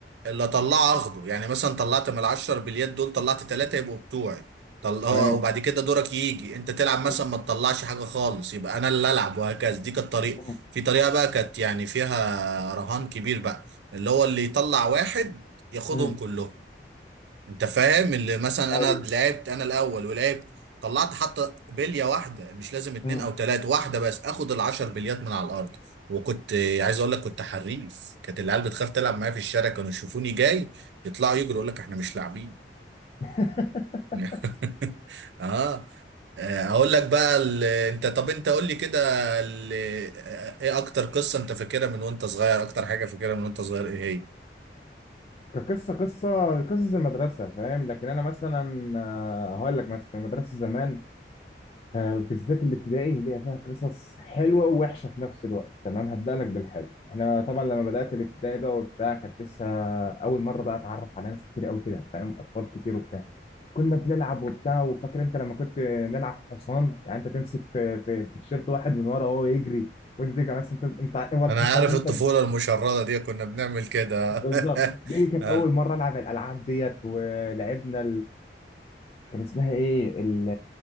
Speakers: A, on the right; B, on the left.
A: اللي اطلعه اخده يعني مثلا طلعت من العشر باليد دول طلعت ثلاثه يبقوا بتوعي طل... هو-
B: تمام
A: وبعد كده دورك يجي انت تلعب مثلا
B: مم.
A: ما تطلعش حاجه خالص يبقى انا اللي العب وهكذا دي كانت طريقه
B: مم.
A: في طريقه بقى كانت يعني فيها رهان كبير بقى اللي هو اللي يطلع واحد ياخدهم
B: مم.
A: كلهم انت فاهم اللي مثلا
B: ايوه
A: انا لعبت انا الاول ولعبت طلعت حتى بليه واحده مش لازم اتنين
B: مم.
A: او تلاته واحده بس اخد العشر بليات من على الارض وكنت آه، عايز اقول لك كنت حريف كانت العيال بتخاف تلعب معايا في الشارع كانوا يشوفوني جاي يطلعوا يجروا يقول لك احنا مش لاعبين
B: <laughs>
A: <laughs> اه آه، اقول لك بقى ال... انت طب انت قول لي كده ال... آه، ايه اكتر قصه انت فاكرها من وانت صغير اكتر حاجه فاكرها من وانت صغير ايه هي
B: كقصه قصه قصص المدرسه فاهم لكن انا مثلا آه، هقول لك مثلا في المدرسه زمان آه، بالذات الابتدائي ليها فيها قصص حلوه ووحشه في نفس الوقت تمام هبدا لك بالحلو احنا طبعا لما بدات الابتدائي بقى وبتاع كانت لسه اول مره بقى اتعرف على ناس كتير قوي كده فاهم اطفال كتير وبتاع كنا بنلعب وبتاع وفاكر انت لما كنت نلعب حصان يعني انت تمسك في في, في تيشيرت واحد من ورا وهو يجري وانت تيجي على ناس انت انت هو الحصان
A: انا عارف
B: وانت
A: الطفوله المشرده دي كنا بنعمل كده
B: بالظبط
A: <laughs>
B: دي كانت
A: آه.
B: اول مره العب الالعاب ديت ولعبنا كان اسمها ايه ال-